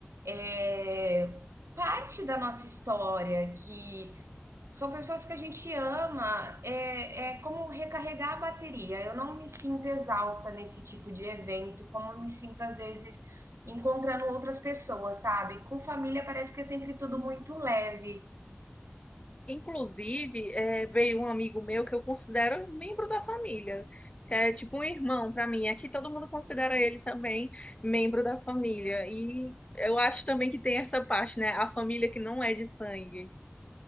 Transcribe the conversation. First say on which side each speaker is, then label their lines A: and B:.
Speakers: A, on the right; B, on the left.
A: é, parte da nossa história, que São pessoas que a gente ama, é, é como recarregar a bateria. Eu não me sinto exausta nesse tipo de evento, como eu me sinto às vezes encontrando outras pessoas, sabe? Com família parece que é sempre tudo muito leve.
B: Inclusive, eh, veio um amigo meu que eu considero um membro da família, que é tipo um irmão para mim. Aqui todo mundo considera ele também membro da família. E eu acho também que tem essa parte, né? A família que não é de sangue.